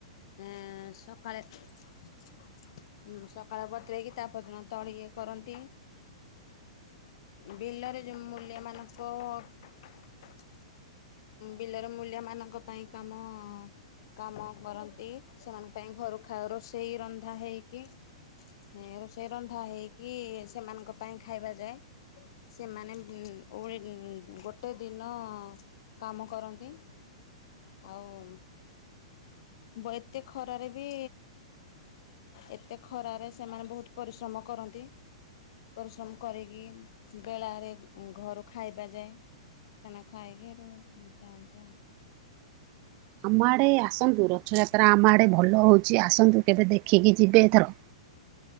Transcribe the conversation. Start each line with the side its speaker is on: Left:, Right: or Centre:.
Left: ଏଁ ସକାଳେ ହୁଁ ସକାଳେ ବତରାଇ କି ତାପର ଦିନ ତଳି ଇଏ କରନ୍ତି। ବିଲରେ ଯ ମୂଲ୍ୟାମାନଙ୍କ <inaudible> ବିଲରେ ମୂଲ୍ୟାମାନଙ୍କ ପାଇଁ କାମ କାମ କରନ୍ତି ସେମାନଙ୍କ ପାଇଁ ଘରୁ ଖାଦ୍ୟ ରୋଷେଇ ରନ୍ଧା ହେଇକି ଏଁ ରୋଷେଇ ରନ୍ଧା ହେଇକି ସେମାନଙ୍କ ପାଇଁ ଖାଇବା ଯାଏ। ସେମାନେ ଓଳି ଗୋଟେ ଦିନ କାମ କରନ୍ତି ଆଉ ବତ୍‌ ଏତେ ଖରାରେ ବି ଏତେ ଖରାରେ ସେମାନେ ବହୁତ ପରିଶ୍ରମ କରନ୍ତି। ପରିଶ୍ରମ କରିକି ବେଳାରେ ଘରୁ ଖାଇବା ଯାଏ। ସେମାନେ ଖାଇକି ଯାଆନ୍ତି ଆଉ।
Right: ଆମ ଆଡ଼େ ଆସନ୍ତୁ ରଥଯାତ୍ରା ଆମ ଆଡ଼େ ଭଲ ହଉଛି ଆସନ୍ତୁ କେବେ ଦେଖିକି ଯିବେ ଏଥର।